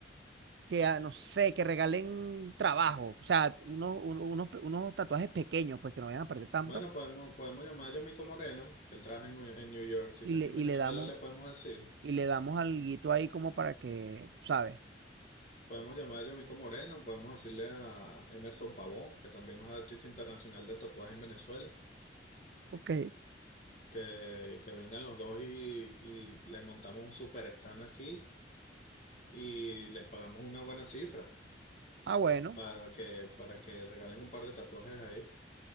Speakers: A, on the right; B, on the left.
A: que, ah, no sé, que regalen trabajo. O sea, unos, uno- unos, pe- unos tatuajes pequeños, pues que no vayan a aparecer tanto,
B: Bueno, podemos, podemos llamar a Yomiko Moreno, que él trabaja en, New- en New York. Si
A: y
B: está
A: le,
B: aquí en
A: y
B: Venezuela,
A: le damos,
B: le podemos decir.
A: y le damos alguito ahí como para que, ¿sabes?
B: Podemos llamar a Yomiko Moreno, podemos decirle a Emerson Pavón, que también es artista internacional del tatuaje en Venezuela,
A: Ok.
B: que, que vengan los dos y, y le montamos un super stand aquí y les pagamos una buena cifra
A: Ah, bueno,
B: para que, para que regalen un par de tatuajes ahí.